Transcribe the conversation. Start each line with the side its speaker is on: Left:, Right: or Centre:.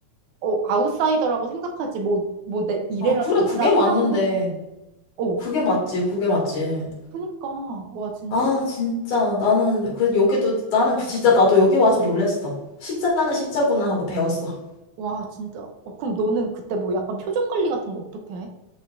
Right: 어, 아웃사이더라고 생각하지. 뭐, 뭐, 내 이래라
Left: 아, 그래,
Right: 저래라
Left: 그게 맞는데.
Right: 하려고 하지 않아. 어,
Left: 그게 맞지, 그게 맞지.
Right: 그니까. 와, 진짜.
Left: 아, 진짜. 나는, 그, 여기도, 나는 그, 진짜 나도 여기 와서 놀랬어. 시자는 시자구나 하고 배웠어.
Right: 와, 진짜. 어, 그럼 너는 그때 뭐 약간 표정 관리 같은 거 어떻게 해?